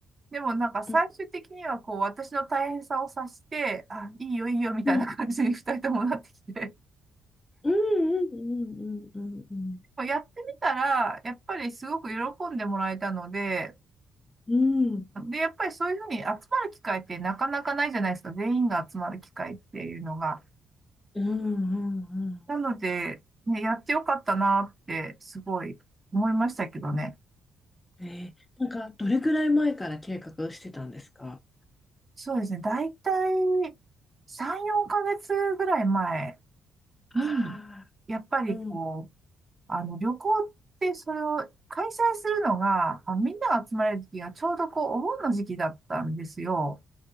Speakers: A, on the right; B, on the left.
A: でもなんか最終的にはこう、
B: ー、
A: 私の大変さを察して、あ、いいよいいよみたいな感じに
B: うん、
A: <laughs> 二人ともなってきて、
B: うんうんうんうんうんうん。
A: <laughs> やってみたら、やっぱりすごく喜んでもらえたので、
B: うん
A: で、やっぱりそういうふうに集まる機会ってなかなかないじゃないですか。全員が集まる機会っていうのが。
B: うんうん
A: なので、ね、やってよかったなって、すごい思いましたけどね。
B: うん。えー、なんか、どれくらい前から計画してたんですか
A: そうですね。だいたい3、4ヶ月ぐらい前
B: あ
A: に、やっぱりこう、
B: あー。うん。
A: あの、旅行ってそれを開催するのが、あ、みんなが集まれる時がちょうどこう、お盆の時期だったんですよ。